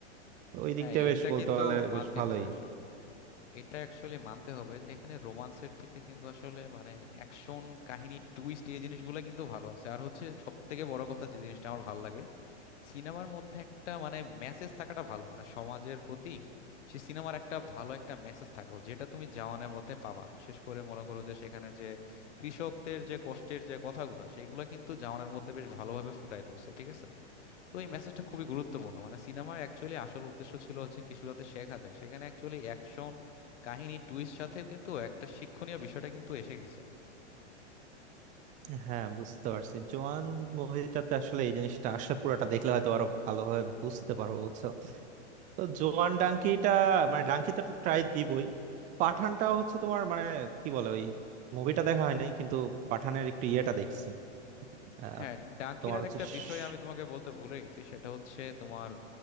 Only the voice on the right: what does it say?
তো ওই দিক
দিয়ে
বেশ বলতে
পারলে
বেশ ভালোই
হ্যাঁ বুঝতে পারছি জোয়ান মুভিটাতে আসলে এই জিনিসটা আসলে পুরোটা দেখলে হয়তো আরো ভালোভাবে বুঝতে পারবো বুঝছো তো জোয়ান ডাঙ্কিটা মানে ডাঙ্কিটা তো ট্রাই দিবই পাঠানটাও হচ্ছে তোমার মানে কি বলে ওই মুভিটা দেখা হয় নাই কিন্তু পাঠানের একটু ইয়েটা দেখছি আহ,
তোমার
হচ্ছে
শ-